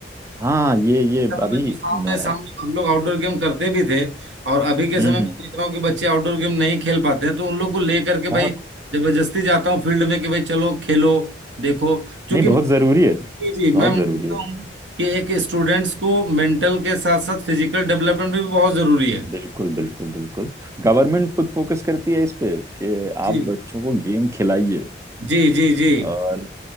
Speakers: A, on the right; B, on the right.
A: हाँ ये ये
B: के समय
A: अभी
B: में तो शाम
A: न,
B: में शाम में हम लोग आउटडोर गेम करते भी थे और अभी के
A: हम्म
B: समय में
A: हम्म
B: देख रहा हूँ कि बच्चे आउटडोर गेम नहीं खेल पाते हैं तो उन लोग को ले करके
A: बहुत
B: भाई जबरदस्ती जाता हूँ फील्ड में कि भाई चलो खेलो देखो क्योंकि
A: नहीं बहुत जरूरी है
B: जी
A: बहुत
B: मैं
A: जरूरी
B: मानता
A: है
B: हूँ कि एक स्टूडेंट्स को मेंटल के साथ साथ फिजिकल डेवलपमेंट भी बहुत जरूरी है
A: बिल्कुल बिल्कुल बिल्कुल गवर्नमेंट खुद फोकस करती है इस पे कि
B: जी
A: आप बच्चों को गेम खिलाइए
B: जी जी जी
A: और